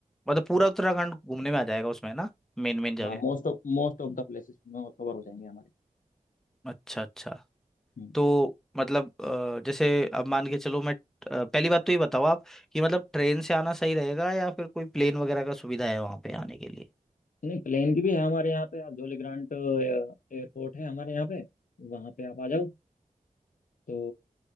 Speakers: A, in the centre; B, on the left.
A: मतलब पूरा
B: हाँ
A: उत्तराखंड घूमने में आ जाएगा उसमें ना मेन मेन जगह
B: हाँ मोस्ट ऑफ मोस्ट ऑफ द प्लेसेस में कवर हो जाएंगे हमारे
A: अच्छा अच्छा
B: हम्म
A: तो मतलब अ, जैसे अब मान के चलो मैं अ, पहली बात तो ये बताओ आप कि मतलब ट्रेन से आना सही रहेगा या फिर कोई प्लेन वगैरह का सुविधा है वहां पे आने के लिए
B: नहीं प्लेन की भी है हमारे यहाँ पे आप जॉली ग्रांट एयरपोर्ट है हमारे यहाँ पे वहाँ पे आप आ जाओ तो